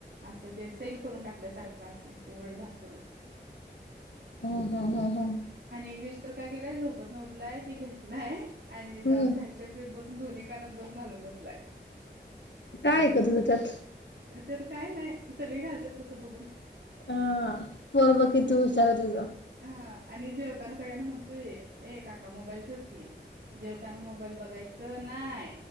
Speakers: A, on the right; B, on the left.
A: असं ते सैल करून टाकलय सारखं असं उघड झाक करून.
B: हो का, हा हा
A: आणि एक दिवस तर काय केलाय, झोपतन उठलाय ते घेतलाय आणि
B: हम्म
A: जाऊन बाहेरच्या खोलीत बसून दोन्ही कानात दोन घालून बसलाय.
B: काय ऐकत हुता त्यात?
A: त्यात काय नाय, सगळी घालण्यात तसं बघून.
B: अ, पोरं बघ किती हुशार हाय तुझ.
A: अ आणि जेवताना सगळ्यांना म्हणतोय, ए काका, मोबाईल ठेव की. जेवताना मोबाईल बघायचं नाही,